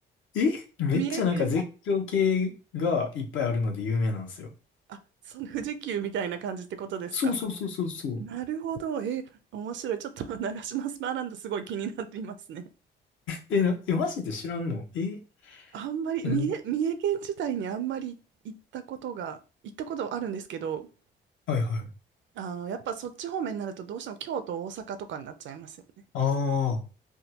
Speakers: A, on the left; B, on the right.
A: えめっちゃなんか絶叫系がいっぱいあるので有名なんですよ。
B: 三重県、あ、その富士急みたいな感じってことですか。
A: そうそうそうそうそう。
B: なるほど。え面白い。ちょっと <laughs> 長島スパランドすごい気になっていますね。
A: え、な、え、マジで知らんのえ、
B: あんまり、
A: え、
B: 三重、
A: な、
B: 三重県自体にあんまり行ったことが、行ったことはあるんですけど、
A: はいはい。
B: あの、やっぱそっち方面になるとどうしても京都、大阪とかになっちゃいますよね。
A: ああ、